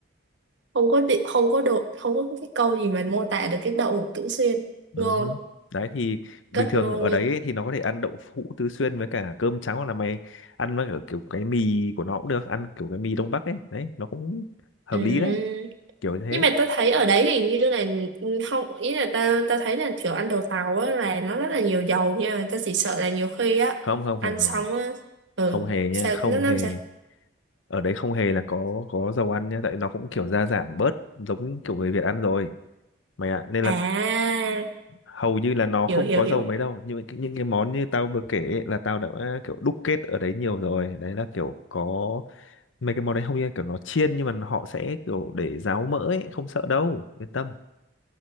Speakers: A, on the right; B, on the left.
A: không có đị- không có độ không có cái câu gì mà mô tả được cái đậu hũ Tửu Xuyên
B: Ừ.
A: ngon
B: hứ. Đấy thì bình
A: rất
B: thường
A: ngon
B: ở
A: nha
B: đấy ấy thì nó có thể ăn đậu hũ tứ xuyên với cả cơm trắng hoặc là mày ăn với cả kiểu cái mì của nó cũng được ăn kiểu cái mì Đông Bắc ấy đấy nó cũng hợp
A: ừ.
B: lý đấy kiểu như thế
A: nhưng mà tao thấy ở đấy thì như là ừ, không ý là tao tao thấy là kiểu ăn đồ tàu á là nó rất là nhiều dầu nha tao chỉ sợ là nhiều khi á
B: không không
A: ăn
B: không không
A: xong
B: không
A: á ừ
B: không hề nha
A: sao
B: không
A: nó làm
B: hề
A: sao
B: ở đấy không hề là có có dầu ăn nha tại nó cũng kiểu gia giảm bớt giống kiểu người Việt ăn rồi mày ạ nên
A: à
B: là hầu như là nó không
A: hiểu hiểu
B: có
A: hiểu
B: dầu mấy đâu nhưng những cái- những cái món như tao vừa kể ấy, là tao đã kiểu đúc kết ở đấy nhiều rồi đấy là kiểu có mấy cái món đấy hầu như là kiểu nó chiên nhưng mà họ sẽ kiểu để ráo mỡ ấy không sợ đâu yên tâm